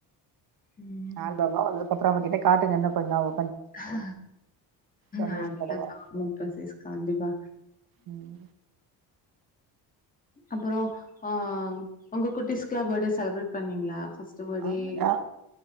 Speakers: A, on the left (about 20°); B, on the right (about 55°).
A: ம்
B: ஆல்பம் லா வந்ததுகப்புறம் அவ கிட்ட காட்டுங்க இன்ன கொஞ்சநாளு
A: ஆ
B: சந்தோஷப்படுவா
A: ஆ அப்ப <unintelligible> இன்டரசிஸ் கண்டிப்பா
B: ம்
A: அப்புறம் அஹ் உங்க குட்டிஸ்கலாம் பர்டே செலபரேட் பண்ணீங்களா ஃபர்ஸ்ட் பர்த்டே
B: ஆமாடா